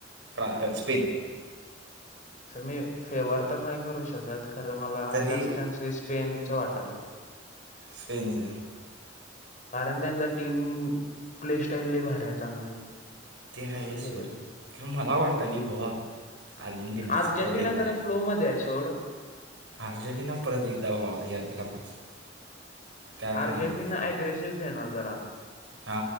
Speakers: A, on the right (about 75°); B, on the left (about 40°).
A: फ्रा स्पेन
B: स मी फेवर तर नाही करू शकत खरं मला
A: तरी
B: जास्त चान्सेस पेन च वाटालं
A: स्नज
B: कारण त्यांचा टीम प्ले स्टालली भार आहे चांगली
A: ते आहे
B: चांगली खेळतात
A: सोडि
B: ती
A: मला वाटली भवा आर्जेंटिना
B: अर्जेंटिना
A: सपररा देखदा
B: खरं फ्लो मध्ये आहे सोड
A: अर्जेंटिना परत एकदा व याला पण काय
B: अर्जेंटिना
A: पण म्हण
B: अग्रेसिव्ह खेळणार जरा
A: हा